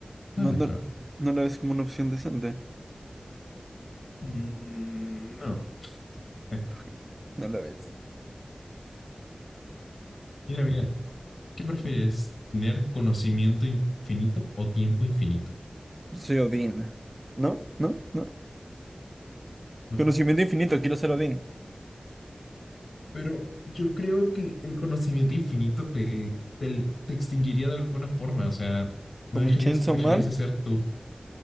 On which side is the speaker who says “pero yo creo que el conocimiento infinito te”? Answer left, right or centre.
Left